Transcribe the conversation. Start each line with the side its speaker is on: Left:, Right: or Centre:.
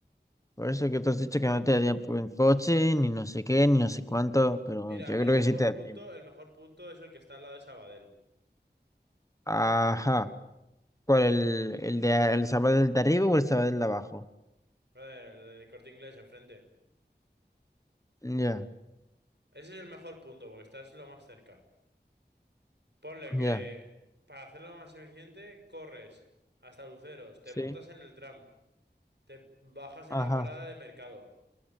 Left: Por eso que tú has dicho que no te da tiempo en coche, ni no sé qué, ni no sé cuánto, pero
Right: Mira,
Left: yo creo
Right: el mejor
Left: que sí te da
Right: punto,
Left: tiempo.
Right: el mejor punto es el que está al lado de Sabadell.
Left: Ajá. ¿Cuál? ¿El, el de el sábado del de arriba o el sábado del de abajo?
Right: Brother, el del Corte Inglés enfrente.
Left: Ya,
Right: Ese es el mejor punto, porque estás lo más cerca. Ponle que
Left: ya.
Right: para hacerlo más eficiente, corres hasta Luceros, te
Left: Sí.
Right: montas en el tram, te bajas en
Left: Ajá.
Right: la parada de mercado,